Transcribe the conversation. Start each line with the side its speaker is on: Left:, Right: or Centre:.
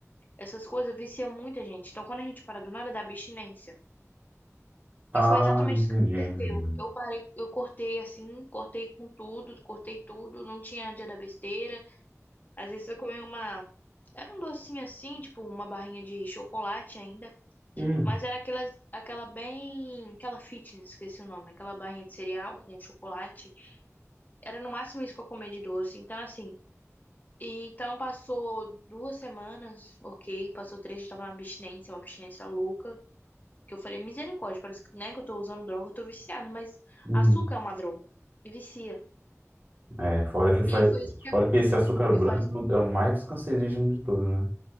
Left: essas coisas viciam muita gente. Então, quando a gente para do nada, dá abstinência.
Right: Ah,
Left: E foi exatamente
Right: entendi.
Left: isso que aconteceu.
Right: entendi.
Left: Eu parei, eu cortei assim, cortei com tudo, cortei tudo, não tinha dia da besteira. Às vezes eu comia uma. Era um docinho assim, tipo uma barrinha de chocolate ainda.
Right: Hum.
Left: Mas era aquelas aquela bem. Aquela fitness, esqueci o nome. Aquela barrinha de cereal com chocolate. Era no máximo isso que eu comia de doce. Então, assim. e Então passou duas semanas, ok. Passou três dias, eu tava na abstinência, uma abstinência louca. Que eu falei, misericórdia, parece que, né, que eu tô usando droga, eu tô viciado, mas
Right: Hum.
Left: açúcar é uma droga. E vicia.
Right: É, fora que faz,
Left: E foi isso que
Right: fora
Left: eu-
Right: que esse açúcar branco
Left: e faz,
Right: é o mais cancerígeno de todos, né?